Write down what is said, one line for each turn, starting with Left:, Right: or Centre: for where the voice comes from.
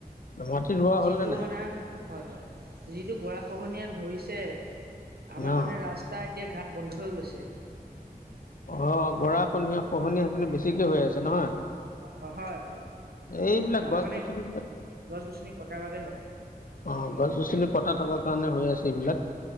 Left: মাটি ৰোৱা হ'ল
Right: যিটো
Left: নে নাই?
Right: মানে হয়-হয় যিটো গৰাখহনীয়া ধৰিছে আমাৰ
Left: অ'।
Right: মানে ৰাস্তাত এতিয়া ঘাট বন্ধ হৈ গৈছে।
Left: অ' গৰা খহনীয়া সেইপিনে বেছিকে হৈ আছে নহয়?
Right: অ', অ' হয়-হয়
Left: এইবিলাক
Right: এই আমাৰ
Left: গছ
Right: মানে
Left: গছনিবিলাক
Right: গছ গছনি কটাৰ বাবে হয়।
Left: অ' গছ গছনি কটা থকাৰ কাৰণে হৈ আছে এইবিলাক।